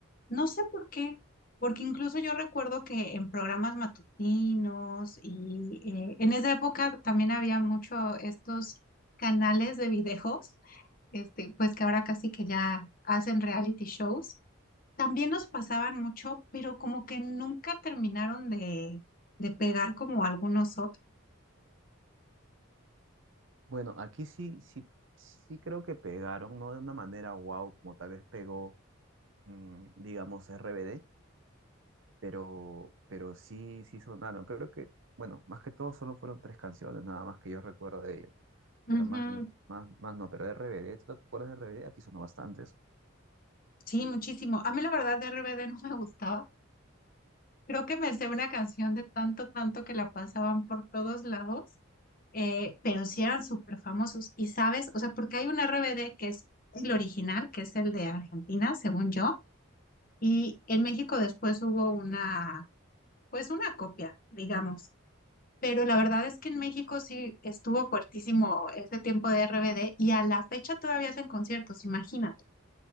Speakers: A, on the left; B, on the right.
A: No sé por qué, porque incluso yo recuerdo que en programas matutinos y eh, en esa época también había mucho estos canales de videos este, pues que ahora casi que ya hacen reality shows, también nos pasaban mucho, pero como que nunca terminaron de, de pegar como algunos otros.
B: Bueno, aquí sí, sí, sí creo que pegaron, no de una manera wow, como tal vez pegó, mm, digamos, RBD pero, pero sí, sí sonaron. Creo que, bueno, más que todo solo fueron tres canciones, nada más que yo recuerdo de ellos,
A: Ujú,
B: pero más, n- más, más no, pero de RBD, ¿tú te acuerdas de RBD? Aquí sonó bastantes.
A: Sí, muchísimo. A mí la verdad de RBD no me gustaba. Creo que me sé una canción de tanto, tanto que la pasaban por todos lados, eh, pero sí eran súper famosos. Y sabes, o sea, porque hay un RBD que es el original, que es el de Argentina, según yo, y en México después hubo una, pues una copia, digamos. Pero la verdad es que en México sí estuvo fuertísimo ese tiempo de RBD y a la fecha todavía hacen conciertos, imagínate.